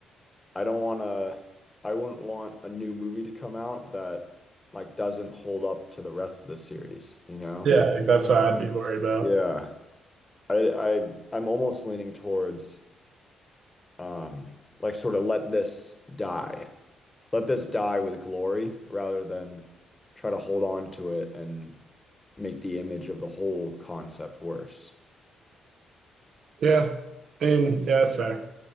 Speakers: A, on the left (about 15°); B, on the right (about 60°).
A: I don't want to I wouldn't want a new movie to come out that like doesn't hold up to the rest of the series, you know?
B: Yeah, like, that's what I'd be worried about.
A: Yeah. I I I'm almost leaning towards Um, like sort of let this die. Let this die with glory rather than try to hold on to it and make the image of the whole concept worse.
B: Yeah, I mean, yeah, that's fair.